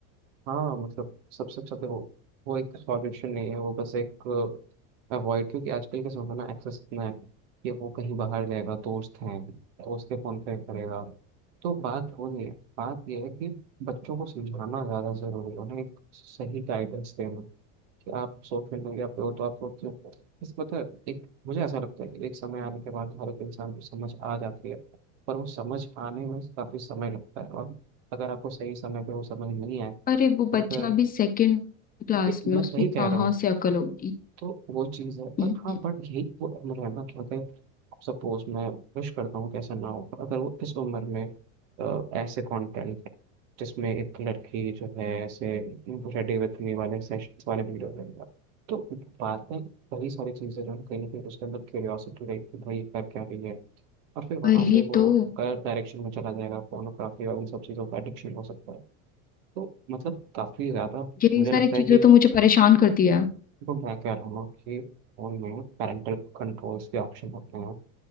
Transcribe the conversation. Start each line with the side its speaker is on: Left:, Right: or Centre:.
Right: हाँ मतलब सबसे अच्छा देखो वो एक सॉल्यूशन नहीं है वो बस एक अवॉइड क्योंकि आजकल के समय में ना एक्सेस इतना है कि वो कहीं बाहर जाएगा दोस्त हैं तो उसके फोन पे करेगा तो बात वो नहीं है बात ये है कि बच्चों को समझाना ज़्यादा ज़रूरी है उन्हें एक सही गाइडेंस देना कि आप सोशल मीडिया पे हो तो आपको क्यों इस मतलब एक मुझे ऐसा लगता है कि एक समय आने के बाद हर एक इंसान को समझ आ जाती है पर वो समझ आने में काफ़ी समय लगता है और अगर आपको सही समय पे वो समझ नहीं आए
Left: अरे वो
Right: तो
Left: बच्चा
Right: फिर
Left: अभी सेकंड क्लास
Right: एक मैं
Left: में उसमें
Right: वही कह
Left: कहाँ
Right: रहा हूँ
Left: से अकल होगी
Right: तो वो चीज़ है और
Left: हम्म,
Right: हाँ बट यही वो उम्र है ना कि अगर सपोज मैं विश करता हूँ कि ऐसा ना हो पर अगर वो इस उम्र में अ, ऐसे कंटेंट है जिसमें एक लड़की जो है ऐसे रेडी विथ मी वाले सेशंस वाले वीडियो देगा तो बातें कई सारी चीज़ें जो है कहीं ना कहीं उसके अंदर क्यूरियोसिटी रहेगी कि भाई ये कर क्या रही है और फिर वहाँ
Left: वही
Right: से वो
Left: तो
Right: गलत डायरेक्शन में चला जाएगा pornography और उन सब चीज़ों का एडिक्शन हो सकता है तो मतलब काफ़ी ज़्यादा
Left: यही
Right: मुझे
Left: सारी
Right: लगता है
Left: चीजें
Right: कि
Left: तो मुझे परेशान करती है
Right: तो मैं कह रहा हूँ कि फोन में पेरेंटल कंट्रोल्स के ऑप्शन होते हैं